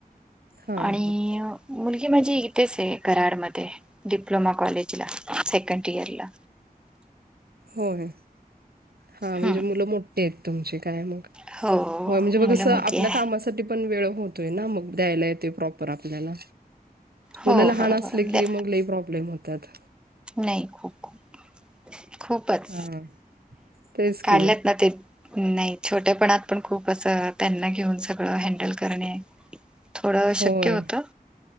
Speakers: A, on the right; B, in the centre.
A: हा
B: आणि
A: हा
B: मुलगी माझी इथेच आहे कराडमध्ये. डिप्लोमा कॉलेजला सेकंड इयरला.
A: होय, हा म्हणजे
B: हम्म
A: मुलं मो ठी आहेत तुमची काय मग.
B: हो
A: होय म्हणजे मग
B: मुलं
A: कसं
B: मोठी
A: आपल्या
B: आहे
A: कामासाठी पण वेळ होतोय ना, मग द्यायला येतोय प्रॉपर आपल्याला.
B: हो
A: मुलं लाहान
B: बरोबर
A: असले
B: म्हणजे
A: की, मग लय प्रॉब्लेम होतात.
B: नाही, <unintelligible> खूपच
A: हा तेच की
B: काढलेत ना ते नाही छोटेपणात पण खूपच त्यांना घेऊन सगळं हँडल करणे थोडं अशक्य
A: होय
B: होतं